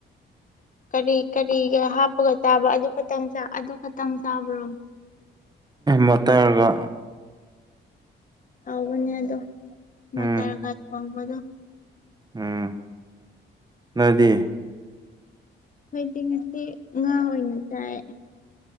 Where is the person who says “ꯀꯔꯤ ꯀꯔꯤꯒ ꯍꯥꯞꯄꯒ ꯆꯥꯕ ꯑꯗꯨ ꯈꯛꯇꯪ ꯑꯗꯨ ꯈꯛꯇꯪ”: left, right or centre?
Left